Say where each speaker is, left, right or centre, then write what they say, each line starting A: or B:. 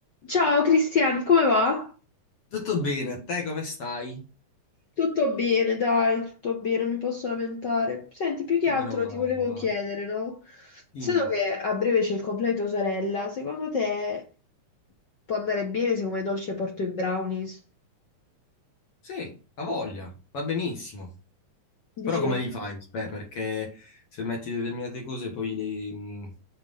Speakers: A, on the left; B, on the left.
A: Ciao Cristian, come va?
B: Tutto bene, a te come stai?
A: Tutto bene, dai, tutto bene, non mi posso lamentare. Senti, più che altro
B: Meno male,
A: ti volevo
B: va.
A: chiedere, no?
B: Dimmi.
A: Sendo che a breve c'è il compleanno di tua sorella, secondo te può andare bene se come dolce porto i brownies?
B: Sì, ha voglia, va benissimo.
A: Dici
B: Però come
A: che le piace?
B: li fai? Beh, perché se metti determinate cose poi le- mh,